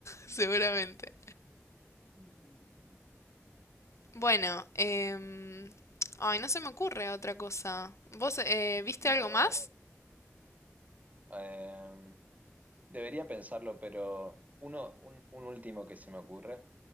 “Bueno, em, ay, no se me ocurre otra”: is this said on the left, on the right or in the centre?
Left